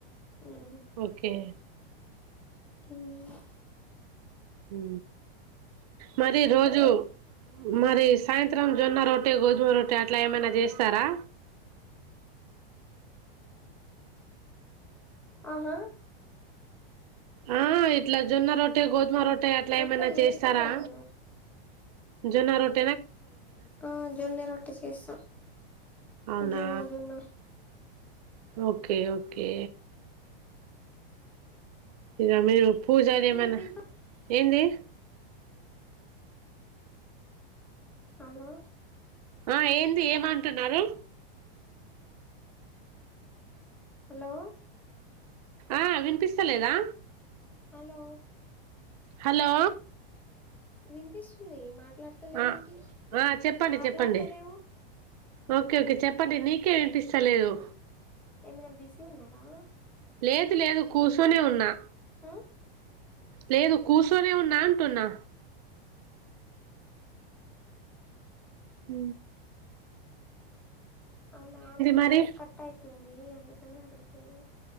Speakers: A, in the centre; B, on the right.
A: హ్మ్.
B: ఓకే
A: హ్మ్
B: హు మరి ఈరోజు మరి సాయంత్రం జొన్నరొట్టె గోధుమరొట్టె అట్లా ఏమైనా చేస్తారా
A: ఆహా
B: ఆ ఇట్లా జొన్నరొట్టె గోధుమరొట్టె అట్లా
A: రొట్టెలు
B: ఏమైనా
A: చేస్తాం
B: చేస్తారా
A: గదా! మేము.
B: జొన్నరోట్
A: ఆ జొన్న రొట్టె చేస్తాం
B: అవునా
A: జొన్న జొన్న
B: ఓకే ఓకే ఇగ మీరు పూజలు ఏమైనా
A: మీకు ఇప్పు
B: ఏంది
A: హలో
B: ఆ ఏంది ఏమంటున్నారు
A: హలో
B: ఆ వినిపిస్తలేదా
A: హలో
B: హలో
A: వినిపిస్తుంది మాట్లాడతలేరేంటి
B: ఆ ఆ చెప్పండి
A: మాట్లాడతలేవు
B: చెప్పండి ఓకే ఓకే చెప్పండి నీకే వినిపిస్తలేదు
A: ఏమైనా బిజీ ఉన్నారా
B: లేదు లేదు కూర్చొనే ఉన్నా
A: ఆ
B: లేదు కూర్చొనే ఉన్నా అంటున్నా హ
A: అవునా మీ వాయిస్
B: మరి
A: కట్ అయితుంది అందుకని అడుగుతున్నా